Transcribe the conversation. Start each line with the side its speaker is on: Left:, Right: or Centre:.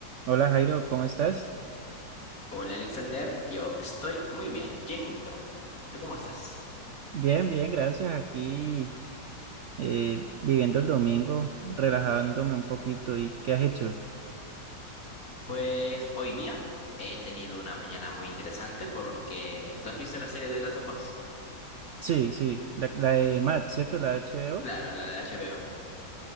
Right: Hola Jairo, ¿cómo estás?
Left: Hola Alexander, yo estoy muy bien, llenito. ¿Y tú cómo estás?
Right: Bien, bien, gracias. Aquí eh, viviendo el domingo, relajándome un poquito. ¿Y qué has hecho?
Left: Pues hoy día he tenido una mañana muy interesante porque ¿tú has visto la serie de Last of Us?
Right: Sí, sí, la, la de Matt, ¿cierto? La de HBO.
Left: Claro, la de HBO.